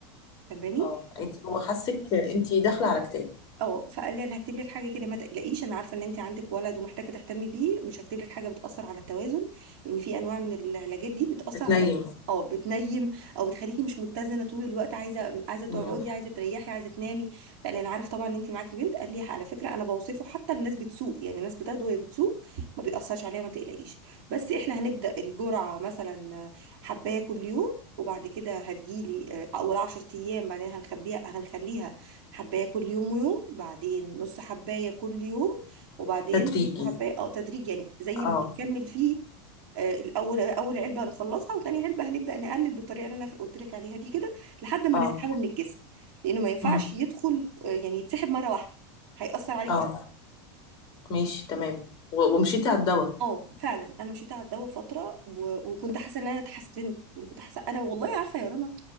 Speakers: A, on the right; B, on the left.
A: فاهماني
B: اه انتي هو حاسك انتي داخله على كتاب
A: اه فقال لي انا هكتب لك حاجه كده ما تقلقيش انا عارفه ان انت عندك ولد ومحتاجه تهتمي بيه مش هكتب لك حاجه بتاثر على التوازن لان في انواع من العلاجات دي بتاثر
B: بتنيم
A: على اه بتنيم او بتخليكي مش متزنه طول الوقت عايزه عايزه تقعدي
B: مم.
A: عايزه تريحي عايزه تنامي فقال لي انا عارف طبعا ان انت معاكي بنت قال لي على فكره انا بوصفه حتى الناس بتسوق يعني الناس بتاخده وهي بتسوق ما بيأثرش عليها ما تقلقيش بس احنا هنبدا الجرعه مثلا حبايه كل يوم وبعد كده هتجيلي آه، اول 10 ايام بعدين هنخبيها هنخليها حباية كل يوم ويوم بعدين نص حباية كل يوم وبعدين
B: تدريجي
A: نص حباية اه تدريج يعني زي
B: اه
A: ما هنكمل فيه آه، الاول اول علبه هنخلصها وتاني علبه هنبدا نقلل بالطريقه اللي انا قلت لك عليها دي كده لحد ما
B: اه
A: نسحبه من الجسم لانه ما ينفعش
B: مم.
A: يدخل آه، يعني يتسحب مره واحده هيأثر عليكي
B: اه
A: شويه
B: ماشي تمام و- ومشيتي على الدواء
A: اه فعلا انا مشيت على الدواء فتره و... وكنت حاسه ان انا اتحسنت وكنت حاسه انا والله عارفه يا رنا